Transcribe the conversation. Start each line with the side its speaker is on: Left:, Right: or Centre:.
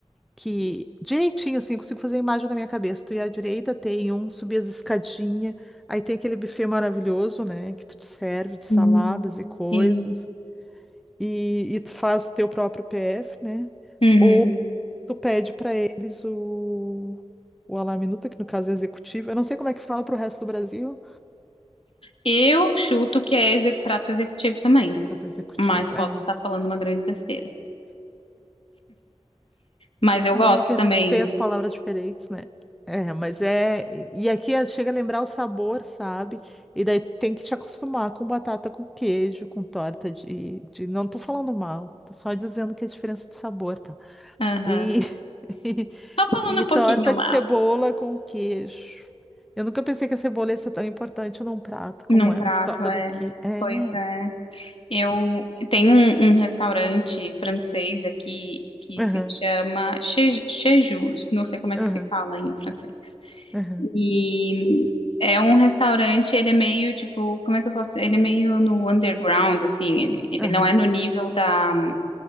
Centre: que direitinho assim, eu consigo fazer a imagem da minha cabeça. Tu ia à direita, tem um, subir as escadinhas, aí tem aquele buffet maravilhoso, né, que tu te serve de saladas
Left: Hum,
Centre: e coisas
Left: Sim.
Centre: e, e tu faz o teu próprio PF, né?
Left: Uhum.
Centre: Ou tu pede para eles o, o Ala-minuta, que no caso é executivo. Eu não sei como é que fala para o resto do Brasil.
Left: Eu chuto que é exe- prato executivo também,
Centre: Até executivo,
Left: mas posso
Centre: é.
Left: estar falando uma grande besteira. Mas eu gosto
Centre: É que a
Left: também.
Centre: gente tem as palavras diferentes, né? É, mas é. E aqui é- chega a lembrar o sabor, sabe? E daí tu tem que te acostumar com batata com queijo, com torta de, de... Não tô falando mal, tô só dizendo que é a diferença de sabor, tá?
Left: Aham.
Centre: E, <laughs>
Left: Só falando
Centre: e
Left: um pouquinho
Centre: torta
Left: mal.
Centre: de cebola com queijo. Eu nunca pensei que a cebola ia ser tão importante num prato como
Left: Num
Centre: é
Left: prato,
Centre: nessa torta
Left: é.
Centre: daqui. É.
Left: Pois é. Eu
Centre: e-
Left: tenho um, um restaurante francês aqui que
Centre: Aham,
Left: se chama Che- Chez Jules. Não sei como é
Centre: aham,
Left: que se fala em francês.
Centre: aham,
Left: E é um restaurante, ele é meio tipo, como é que eu posso? Ele é meio no underground, assim, ele, ele
Centre: aham,
Left: não é no nível da,